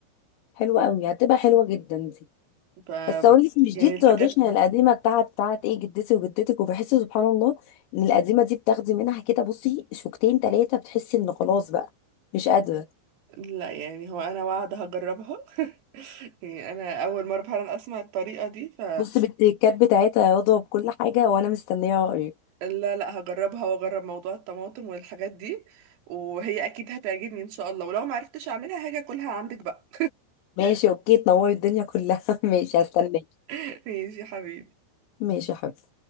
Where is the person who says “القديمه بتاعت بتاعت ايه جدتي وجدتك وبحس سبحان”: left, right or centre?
Left